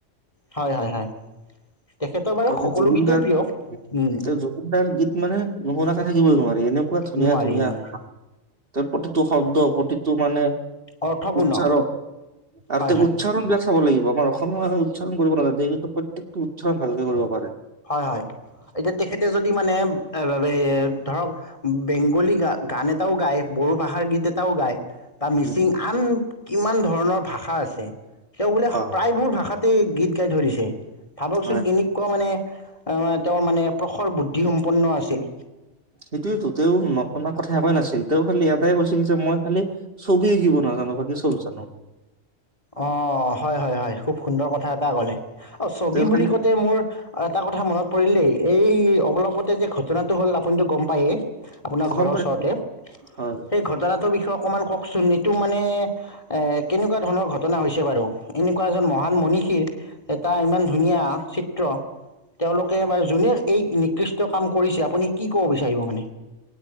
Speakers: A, on the left; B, on the right.
A: হয়- হয় -হয়। তেখেতৰ বাৰু
B: কাৰণ
A: সকলো
B: জুবিনদাৰ
A: গীতেই প্ৰিয় উম
B: জুবিনদাৰ গীত মানে নশুনা থাকিব নোৱাৰি। এনেকুৱা ধুনীয়া,
A: নোৱাৰি
B: ধুনীয়া
A: নোৱাৰি
B: ক ত প্ৰতিটো শব্দ, প্ৰতিটো মানে
A: অৰ্থপূৰ্ণ
B: উচ্চাৰণ, আৰু
A: হয়
B: তেওঁ
A: হয়
B: উচ্চাৰণ ব্য চাব লাগিব। আমাৰ অসমীয়া মানুহ উচ্চণ কৰিব নাজানে, এইটো প্ৰত্যকটো উচ্চাৰণ ভালকে কৰিব পাৰে।
A: হয়, হয়। এতিয়া তেখেতে যদি মানে এ ধৰক বেংগলী গান এটাও গায় বড়ো ভাষাৰ গীত এটাও গায় তাৰ মিচিং
B: উম
A: আন কিমান ধৰণৰ ভাষা আছে। তেওঁ বোলে
B: অ
A: প্ৰায়বোৰ ভাষাত তে গীত গাই থৈ দিছে। ভাবকচোন
B: হয়
A: কেনকোৱা মানে এ তেওঁ মানে প্ৰখৰ বুদ্ধি সম্পন্ন আছিল।
B: সেইটোৱেতো, তেওঁ নকনা কথা একোৱেই নাছিল। তেওঁ খালি এটাই কৈছিল যে মই খালি ছবি আঁকিব নাজানো বাকি চব জানো।
A: অঁ। হয়, হয়, হয়। খুব সুন্দৰ কথা এটা ক'লে। অ', ছবি
B: তেওঁ
A: বুলি
B: খালি
A: কওঁতে মোৰ এটা কথা মনত পৰিল দেই। এই অৱলপতে যে ঘটনাটো হ'ল আপুনিটো গম পায়েই। আপোনাৰ ঘৰৰ
B: গম পাইছো
A: ওচৰতে,
B: হয়
A: সেই ঘটনাটোৰ বিষয়ে অকমান কওকচোন। এইটো মানে এ কেনেকুৱা ধৰণৰ ঘট ঘটনা হৈছে বাৰু এনেকুৱা এজন মহান মনীষীৰ এটা ইমান ধুনীয়া চিত্ৰ তেওঁলোকে বাৰু যোনে এই নিকৃষ্ট কাম কৰিছে আপুনি কি ক'ব বিচাৰিব মানে।